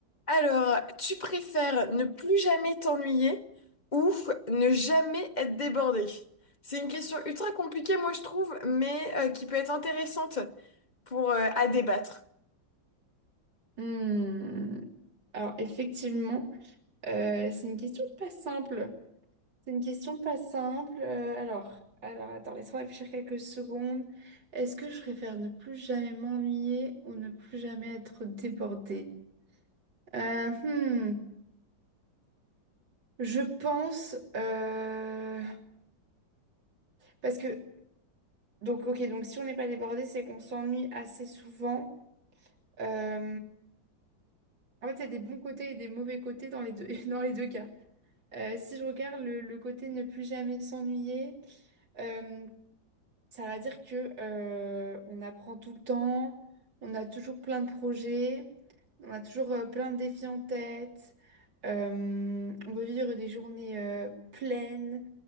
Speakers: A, on the left (about 25°); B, on the right (about 80°).
A: Alors, tu préfères ne plus jamais t'ennuyer ou ne jamais être débordé? C'est une question ultra compliquée, moi, je trouve, mais euh, qui peut être intéressante pour, euh, à débattre.
B: Hmm. Alors effectivement, euh, c'est une question pas simple. C'est une question pas simple. Euh, alors, alors attends, laisse-moi réfléchir quelques secondes. Est-ce que je préfère ne plus jamais m'ennuyer ou ne plus jamais être débordée? Euh, hmm, je pense euh, parce que donc ok donc si on n'est pas débordé c'est qu'on s'ennuie assez souvent. Euh, en fait il y a des bons côtés et des mauvais côtés dans les deux <laughs> dans les deux cas. Euh, si je regarde le, le côté ne plus jamais s'ennuyer, euh, ça va dire que euh, on apprend tout le temps, on a toujours plein de projets, on a toujours euh, plein de défis en tête, euh, on veut vivre des journées euh, pleines,